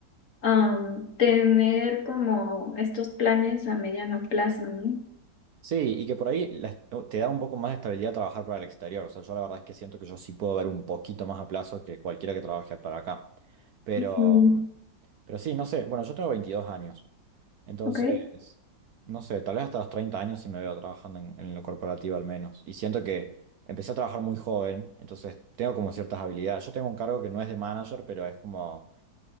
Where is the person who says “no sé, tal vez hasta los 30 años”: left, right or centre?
Right